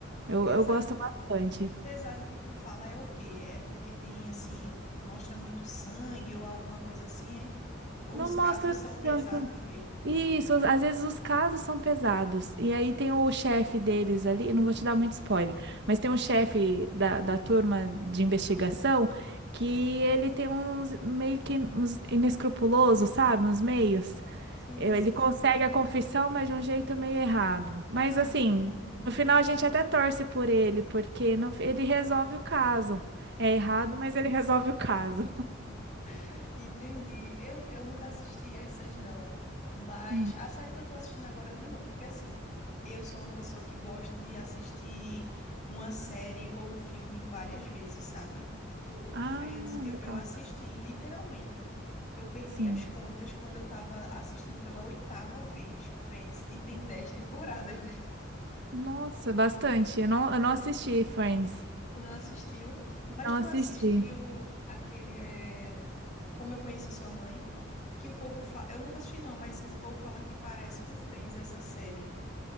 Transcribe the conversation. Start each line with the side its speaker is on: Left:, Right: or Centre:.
Right: eu
Left: pesado,
Right: eu gosto bastante.
Left: pesado que tu fala é o quê? É porque tem assim, mostra muito sangue ou alguma coisa assim, é? Ou
Right: Não
Left: os casos
Right: mostra
Left: são pesados
Right: tanto.
Left: mesmo?
Right: Isso, às às vezes os casos são pesados. E aí tem o chefe deles ali, não vou te dar muito spoiler, mas tem um chefe da, da turma de investigação que ele tem uns meio que uns inescrupuloso, sabe? Uns meios.
Left: Sim,
Right: Eu-
Left: sim,
Right: Ele consegue
Left: sim.
Right: a confissão, mas de um jeito meio errado. Mas
Left: Ah,
Right: assim,
Left: entendi.
Right: no final a gente até torce por ele, porque no- ele resolve o caso. É errado, mas ele <laughs> resolve o caso.
Left: <laughs> Entendi. Eu, eu nunca assisti a essas, não. Mas
Right: Hum.
Left: a série que eu tô assistindo agora de novo, porque assim, eu sou uma pessoa que gosta de assistir uma série ou um filme várias vezes, sabe? Tipo,
Right: Ah,
Left: Friends, que eu,
Right: legal.
Left: eu assisti literalmente. Eu perdi
Right: Sim.
Left: as contas quando eu tava assistindo pela oitava vez, Friends, e tem dez temporadas.
Right: Nossa, bastante. Eu não, eu não assisti Friends.
Left: Tu não assistiu, mas
Right: Não
Left: tu
Right: assisti.
Left: assistiu aquele é, Como Eu Conheci Sua Mãe, que o povo fala. Eu nunca assisti, não, mas o povo fala que parece com Friends essa série.